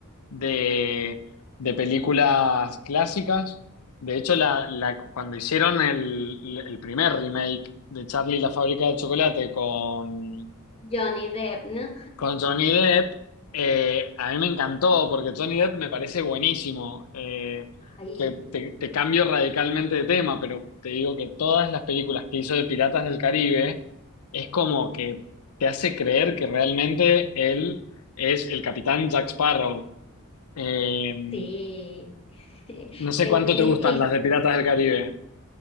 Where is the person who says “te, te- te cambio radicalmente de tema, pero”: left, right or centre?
Left